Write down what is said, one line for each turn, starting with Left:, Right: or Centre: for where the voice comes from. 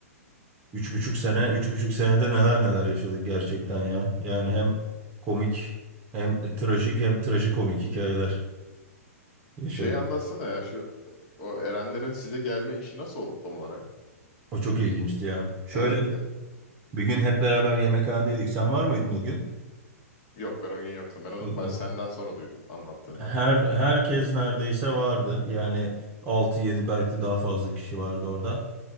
Right: Üç buçuk sene, üç buçuk senede neler neler yaşadık gerçekten ya. Yani hem komik hem trajik hem trajikomik hikayeler yaşadık.
Left: Şeyi anlatsana ya şu o Erenlerin size gelme işi nasıl oldu tam olarak?
Right: O çok ilginçti ya. Şöyle
Left: Evet. e,
Right: bir gün hep beraber yemekhanedeydik. Sen var mıydın o gün?
Left: Yok ben o gün yoktum. Ben onu
Right: Yok mu?
Left: ben senden sonra duydum anlattığında
Right: Her,
Left: dinledim.
Right: herkes neredeyse vardı. Yani altı yedi belki de daha fazla kişi vardı orada.